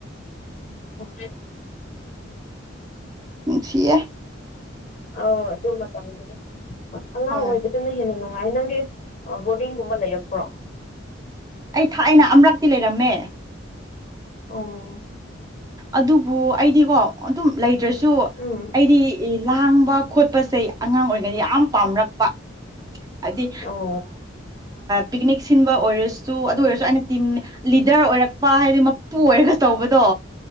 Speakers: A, on the left; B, on the right.
A: ꯎꯝ
B: ꯅꯨꯡꯁꯤꯌꯦ
A: ꯑ ꯑꯗꯨ ꯃꯇꯝꯗꯨꯗꯤ ꯑꯉꯥꯡ
B: ꯍꯣꯏ
A: ꯑꯣꯏꯕꯗꯨꯅ ꯍꯦꯟꯅꯥꯏ ꯉꯥꯏ ꯅꯪꯒꯤ ꯕꯣꯔꯗꯤꯡꯒꯨꯝꯕ ꯂꯩꯔꯛꯄ꯭ꯔꯣ
B: ꯑꯩ ꯊꯥꯛ ꯑꯅ ꯑꯔꯛꯇꯤ ꯂꯩꯔꯝꯃꯦ
A: ꯑꯣ
B: ꯑꯗꯨꯕꯨ ꯑꯩꯗꯤꯀꯣ ꯑꯗꯨꯝ ꯂꯩꯇ꯭ꯔꯁꯨ
A: ꯎꯝ
B: ꯑꯩꯗꯤ ꯂꯥꯡꯕ ꯈꯣꯠꯄꯁꯦ ꯑꯉꯥꯡ ꯑꯣꯏꯔꯤꯉꯩ ꯌꯥꯝ ꯄꯥꯝꯔꯛꯄ ꯍꯥꯏꯗꯤ
A: ꯑꯣ
B: ꯄꯤꯛꯅꯤꯛ ꯁꯤꯟꯕ ꯑꯣꯏꯔꯁꯨ ꯑꯗꯨ ꯑꯣꯏꯔꯁꯨ ꯑꯩꯅ ꯇꯤꯝ ꯂꯤꯗꯔ ꯑꯣꯏꯔꯛꯄ ꯍꯥꯏꯗꯤ ꯃꯄꯨ ꯑꯣꯏꯔꯒ ꯇꯧꯕꯗꯣ